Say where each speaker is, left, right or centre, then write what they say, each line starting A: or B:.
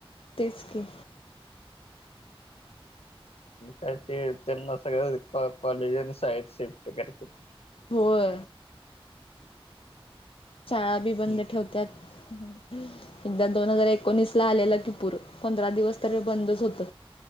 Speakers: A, on the left; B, on the left.
A: तेच की
B: काय ते त्यांना सगळं कॉलेज आणि शाळेत शिफ्ट करतित
A: होय शाळा बी बंद
B: हम्म
A: ठेवत्यात एकदा दोन हजार एकोणीस ला आलेला कि पूर पंधरा दिवस तरी बंदच होत